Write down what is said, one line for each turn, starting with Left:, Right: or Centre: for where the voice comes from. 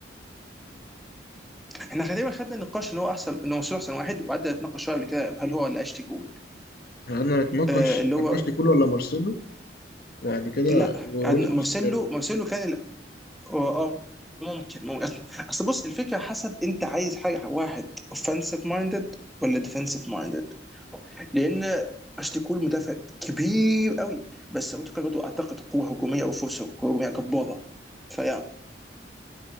Centre: احنا تقريبا خدنا النقاش ان هو احسن ان هو مرسلو احسن واحد وقعدنا نتناقش شويه قبل كده هل هو ولا اشلي كول
Left: إحنا قعدنا نتناقش
Centre: آه، اللي
Left: كان
Centre: هو
Left: أشلي كول ولا مارسيلو وبعد كده
Centre: لا
Left: وروبرتو
Centre: قعدنا-
Left: كارلوس
Centre: مرسلو
Left: التالت
Centre: مرسلو كان اه آه، ممكن ممكن أصل أصل بص الفكره حسب انت عايز حاجه واحد اوفensive مايندد ولا ديفensive مايندد لان اشلي كول مدافع كبير قوي بس ابو تريكة برضه اعتقد قوه هجوميه او فرصه هجوميه جباره فيا